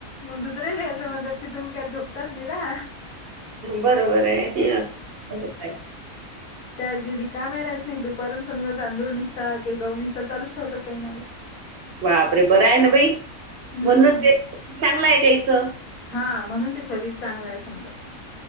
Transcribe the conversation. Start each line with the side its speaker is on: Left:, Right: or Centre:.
Left: मग दुसरे ले असं म्हणतात. की तुम्ही काय झोपताच नि रा.
Right: बरोबर ये असंच हाय.
Left: त्या आजी रिकामे राहत नाही दुपारून समजा तांदूळ निसतात काही गहू निसतात चालच ठेवतात काही ना काही <inaudible>
Right: बापरे बरं आहे ना बाई,
Left: हम्म
Right: म्हणूनच एक चांगलं द्यायचं.
Left: हा म्हणून ते शरीर चांगलं हाय समजा.